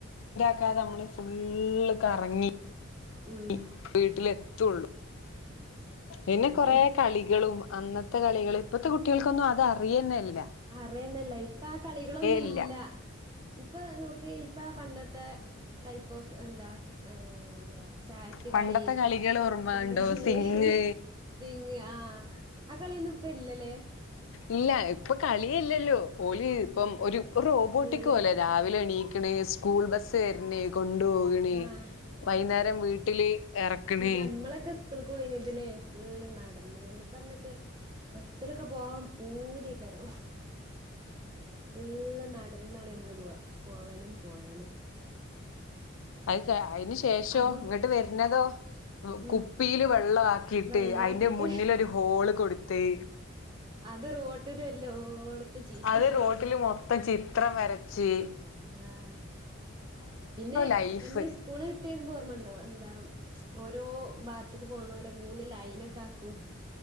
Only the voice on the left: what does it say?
ക്കെ നമ്മള് ഫുള്ള് കറങ്ങി
<unintelligible> വീട്ടിലെത്തുള്ളൂ പിന്നെ
കൊറേ കളികളും അന്നത്തെ കളികൾ ഇപ്പത്തെ കുട്ടികൾക്കൊന്നും അത് അറിയന്നല്ല
ഇല്ല
പണ്ടത്തെ കളികൾ ഓർമ്മ
ഉണ്ടോ സിങ്
ഇല്ല ഇപ്പൊ കളിയല്ലല്ലോ ഓലി ഇപ്പം ഒരു റോബോട്ടിക്ക്
പോലെ രാവിലെ എണീ സ്കൂൾ ബസ്സ് വരന് കൊണ്ടുപോക്ണ്
വൈന്നേരം
വീട്ടില് എറക്ക്ണ്
<unintelligible> അയിന്ശേഷോ
ഇങ്ങട്ട് വെര് ന്നതോ
കുപ്പിയില് വെള്ളം ആക്കിയിട്ട്
അയി ന്റെ മുന്നിലോരു ഹോള് കൊടുത്ത് <inaudible>
അത് റോട്ടില് മൊത്തം ചിത്രം വര <unintelligible>
ലൈഫ്